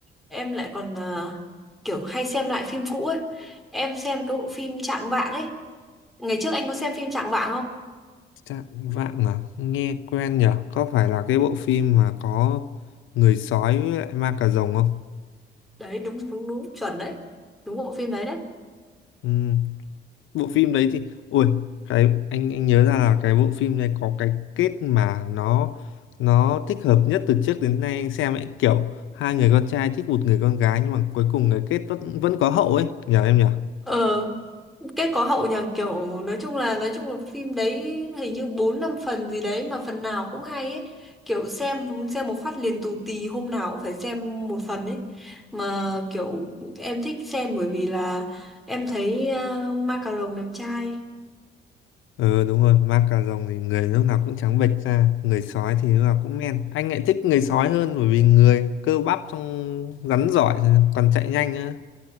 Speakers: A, in the centre; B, on the left.
A: em lại còn ờ, kiểu hay xem lại phim cũ ấy em xem cái bộ phim Trạng Vạng ấy ngày trước anh có xem phim Trạng Vạng không
B: Trạng vạng à? Nghe quen nhở? Có phải là cái bộ phim mà có người sói với lại ma cà rồng không?
A: đấy đúng đúng đúng chuẩn đấy đúng bộ phim đấy đấy
B: Ừ. Bộ phim đấy thì... Ui, cái anh anh nhớ ra là cái bộ phim này có cái kết mà nó nó thích hợp nhất từ trước đến nay anh xem ấy. Kiểu hai người con trai thích một người con gái nhưng mà cuối cùng cái kết vẫn vẫn có hậu ấy. Nhờ em nhở?
A: ờ kết có hậu nhờ kiểu nói chung là nói chung là phim đấy hình như bốn năm phần gì đấy mà phần nào cũng hay ấy kiểu xem xem một phát liền tù tì hôm nào cũng phải xem một phần ấy mà kiểu em thích xem bởi vì là em thấy uh, Ma Cà Rồng đẹp trai
B: Ừ đúng rồi, ma cà rồng thì người lúc nào cũng trắng bệch ra, người sói thì lúc nào cũng men. Anh lại thích người sói hơn bởi vì người cơ bắp xong rắn giỏi còn chạy nhanh á.